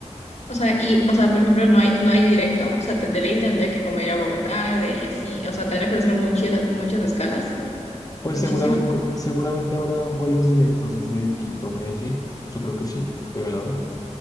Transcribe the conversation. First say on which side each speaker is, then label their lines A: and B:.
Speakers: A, on the left; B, on the left.
A: o sea, y, o sea, por ejemplo, no hay, no hay directo, o sea, te- de ley tendré que como ir a Bogotá, de ahí así, o sea, tendré que hacer muchas, muchas escalas,
B: Pues
A: muchísimas.
B: seguramente, seguramente habrá vuelos directos desde Quito, a Medellín. Yo creo que sí, deben haber.